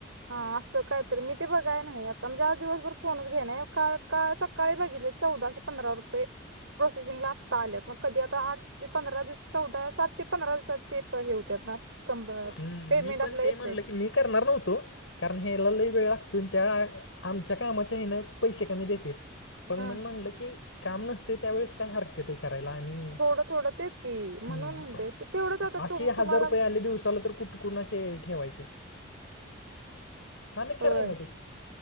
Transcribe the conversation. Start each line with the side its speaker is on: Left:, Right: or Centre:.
Right: हा असं काही तरी मी ते बघाया नाही यात. म्हणजे आज दिवसभर फोनच घेय नाही, काल काल सकाळी बघितले चौदाशे पंधरा रुपये. प्रोसेसिंगला आत्ता आल्यात मग कधी आता आठ ते पंधरा दिवस चौदा सात ते पंधरा दिवसात ते प हे होत्यात ना. कंम्बर
Left: हम्म
Right: पेमेंट
Left: मी पण
Right: आपलं
Left: ते
Right: येतंय.
Left: म्हणलं की मी करणार नव्हतो, कारण हेला लई वेळ लाग तुन त्या आमच्या कामाच्या हेनं पैसे कमी देतेत, पण
Right: ह
Left: मंग म्हणलं की. काम नसते त्यावेळेस काय हरकत आहे करायला आणि
Right: थोडं थोडं तेच की म्हणून
Left: हूं
Right: म्हणते तर तेवढंच आता
Left: असेही
Right: तु तुम्हाला
Left: हजार रुपये आले दिवसा. झाल तर कुठं कुणाचे ठेवायचे. हा नहीं
Right: होय
Left: खरं आहे ना ते